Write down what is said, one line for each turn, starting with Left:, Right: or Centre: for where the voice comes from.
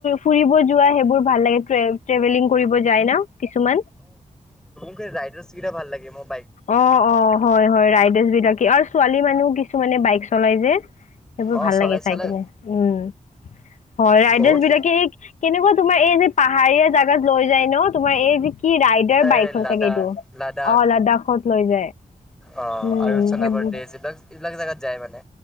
Left: ফুৰিব যোৱা সেইবোৰ ভাল লাগে ট্ৰেভেলিং কৰিব যায় ন কিছুমান
Centre: ৰাইডাৰছ কেইটা ভাল লাগে মোক
Left: অ অ হয় হয় ৰাইডাৰছ বিলাকে আৰু ছোৱালী মানুহ কিছুমানে বাইক চলাই যে- সেইবোৰো
Centre: অ
Left: ভাল
Centre: চলাই
Left: লাগে চাই
Centre: চলাই
Left: কিনে উম হয় ৰাইডাৰছ
Centre: বহুত
Left: বিলাকে এই কেনেকুৱা তোমাৰ এই যে পাহাৰীয়া জাগাত লৈ যায় ন তোমাৰ এই যে কি ৰাইডাৰ
Centre: এ
Left: বাইক
Centre: লাডাখ
Left: চাগ এইটো
Centre: লাডাখ
Left: অ লাডাখ লৈ যায়
Centre: অ
Left: উম
Centre: আৰু চনাপদেশ
Left: সেইবোৰ
Centre: এইবিলাক এইবিলাক জেগাত যায় মানে